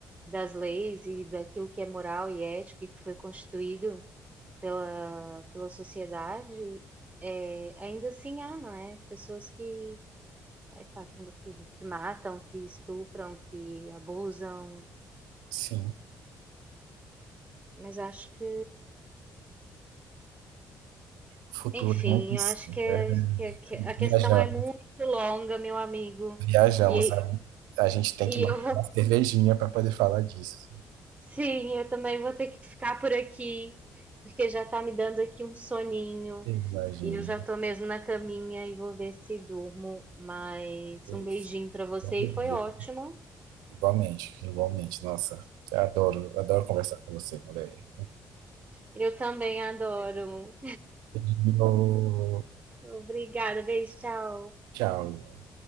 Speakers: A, on the right; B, on the right.
A: das leis e daquilo que é moral e ético e que foi constituído pela, pela sociedade, é, ainda assim há, não é? Pessoas que, é, pá, que, que que matam, que estupram, que abusam.
B: Sim,
A: Mas acho que
B: o futuro
A: Enfim,
B: é muito insano,
A: eu acho que, é,
B: né?
A: que, é- que é, a questão
B: Viaja-
A: é muito longa, meu amigo.
B: Viajamos.
A: E,
B: A, a gente tem que
A: e
B: marcar
A: eu vou.
B: uma cervejinha para poder falar disso.
A: Sim, eu também vou ter que ficar por aqui, porque já tá me dando aqui um soninho.
B: Imagina.
A: E eu já tô mesmo na caminha e vou ver se durmo. Mas um beijinho
B: Isso.
A: pra você
B: Obrigado.
A: e foi ótimo.
B: Igualmente, igualmente. Nossa, eu adoro, adoro conversar com você, mulher.
A: Eu também adoro.
B: Beijo.
A: <laughs> Obrigada, beijo, tchau.
B: Tchau.